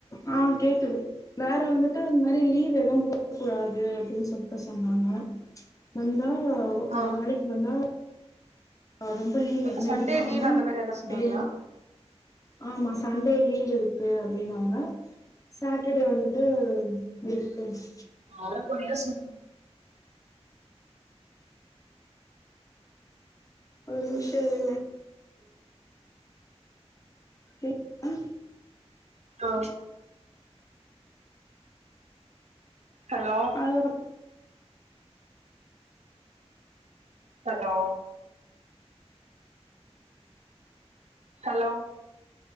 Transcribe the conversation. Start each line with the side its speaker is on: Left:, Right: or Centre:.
Left: ஆ கேக்குது வேற வந்துட்டு இந்த் மாரி லீவ் எதுவு போடக் கூடாது அப்டின் சொல்ட்டு சொன்னாங்க வந்தா
Right: ஆ
Left: வேலைக்கு வந்தா ஆ ரொம்ப லீவ் எதுமே
Right: சண்டே
Left: எடுக்காம
Right: லீவ் அந்த மாரி எதனா சொன்னாங்களா
Left: டெய்லி ஆமா சண்டே லீவ் இருக்கு அப்டின்னாங்க சாட்டர் டே வந்துட்டு லீவ் டேஸ்
Right: அற கொறையா சொல்
Left: ஒரு நிமிஷம் இருங்க கேக்குதா?
Right: ஆ ஹலோ
Left: ம்
Right: ஹலோ ஹலோ